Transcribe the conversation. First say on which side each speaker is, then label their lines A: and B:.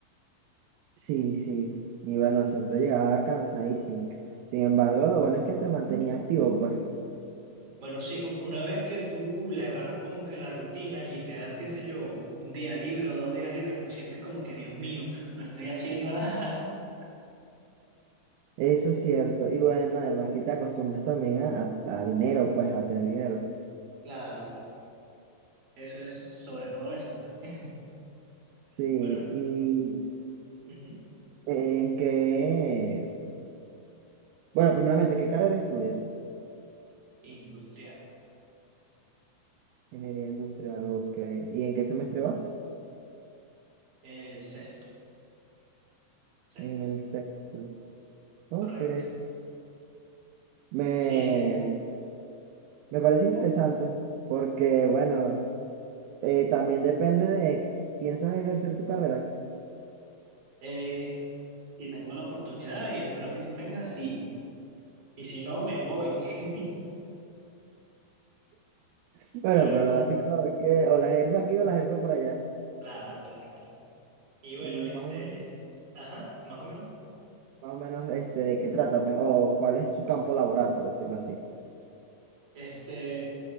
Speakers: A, on the right (about 80°); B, on the right (about 40°).
A: Sí, sí. Y bueno, siempre llegaba cansadísimo. Sin embargo, lo bueno es que te mantenía activo, pues.
B: Bueno, sí, u- una vez que tú le agarras como que la rutina y te dan, qué sé yo, un día libre o dos días libres, tú sientes como que, Dios mío, no estoy haciendo nada. <laughs>
A: Eso es cierto. Y bueno, además que te acostumbras también a, a- a dinero, pues, a tener dinero.
B: Claro, claro. Eso es sobre todo eso, pues. <laughs>
A: Sí,
B: Bueno,
A: y
B: ujú,
A: en qué... Bueno, primeramente, ¿qué carrera estudias?
B: Industrial.
A: Ingeniería industrial, ok. ¿Y en qué semestre vas?
B: El sexto, sexto,
A: En el sexto. Ok.
B: correcto.
A: Me,
B: Sí,
A: me parece interesante porque, bueno, eh, también depende de... ¿Piensas ejercer tu carrera?
B: eh, si tengo la oportunidad y espero que si tenga, sí. Y si no, me voy. <laughs>
A: Bueno,
B: Pero
A: pero así como es que o las ejerzo aquí o las ejerzo por allá.
B: claro, claro, claro. Y bueno,
A: Y
B: este,
A: más o menos,
B: ajá, más o menos.
A: más o menos este, de qué trata, pues, o cuál es su campo laboral, por decirlo así.
B: Este, eh,